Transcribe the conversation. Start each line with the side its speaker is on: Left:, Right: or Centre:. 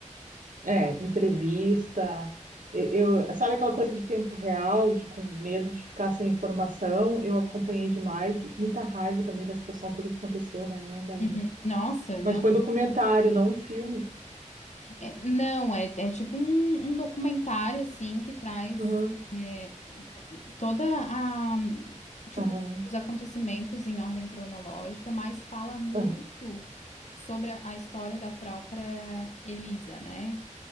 Right: É, entrevista, e- eu, sabe aquela coisa de tempo real, de com medo de ficar sem informação? Eu acompanhei demais, muita raiva também da situação toda que aconteceu, né, Bárbara?
Left: Uhum. Nossa,
Right: Mas
Left: não.
Right: foi um documentário, não um filme.
Left: É, não, é, é tipo um, um documentário, assim, que traz
Right: Aham,
Left: é, toda a, tipo,
Right: aham,
Left: os acontecimentos em ordem cronológica, mas fala muito
Right: aham,
Left: sobre a a história da própria Elisa, né?